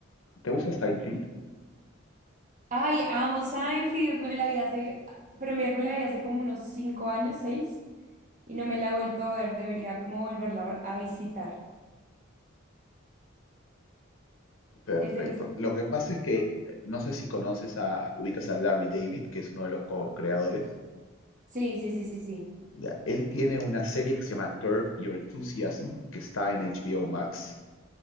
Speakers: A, on the left (about 85°); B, on the right (about 40°).
A: te gusta Seinfeld?
B: Ay, amo Seinfeld, me la vi hace, pero mira que me la vi hace como unos cinco años, seis, y no me la he vuelto a ver, debería como volverla a visitar.
A: Perfecto.
B: Es de mis...
A: Lo que pasa es que eh, no sé si conoces a, ubicas a Larry David, que es uno de los co-creadores.
B: Sí, sí, sí, sí, sí.
A: Ya, él tiene una serie que se llama Curb Your Enthusiasm, que está en HBO Max.